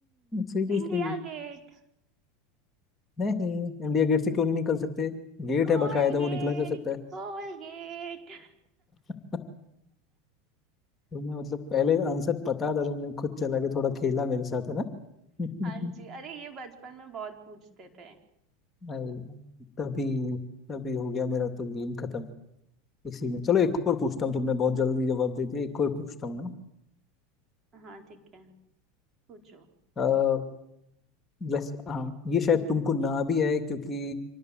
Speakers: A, on the left; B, on the right.
A: सीरियसली
B: India Gate
A: नहीं इंडिया गेट से क्यों नहीं निकल सकते गेट
B: Colgate
A: है बकायदा वो निकला जा सकता है
B: Colgate
A: <laughs> तुम्हें मतलब पहले आंसर पता था तुमने खुद चला के थोड़ा खेला मेरे साथ है ना <laughs>
B: हाँ जी अरे ये बचपन में बहुत पूछते थे
A: अरे यार, तभी तभी हो गया मेरा तो गेम खत्म इसी में चलो एक और पूछता हूँ तुमने बहुत जल्दी जवाब दे दिया एक और पूछता हूँ ना
B: हाँ ठीक है पूछो
A: वैसे हाँ ये शायद तुमको ना भी आए क्योंकि